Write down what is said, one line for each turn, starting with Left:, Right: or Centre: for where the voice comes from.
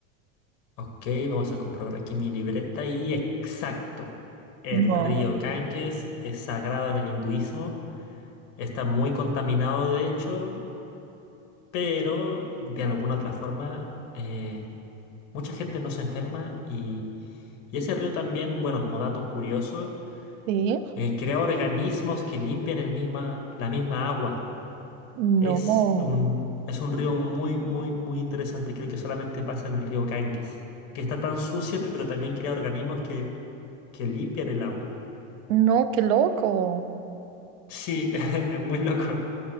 Left: Ok, vamos a comprobar aquí mi libreta y exacto. El
Right: No.
Left: río Ganges es sagrado en el hinduismo. Está muy contaminado, de hecho, pero de alguna otra forma eh, mucha gente no se enferma y, y ese río también, bueno, como dato curioso,
Right: Sí,
Left: eh, crea organismos que limpian el misma, la misma agua.
Right: no,
Left: Es un, es un río muy, muy, muy interesante. Creo que solamente pasa en el río Ganges, que está tan sucio, pero también crea organismos que, que limpian el agua.
Right: no, qué loco.
Left: Sí, <laughs> es muy loco.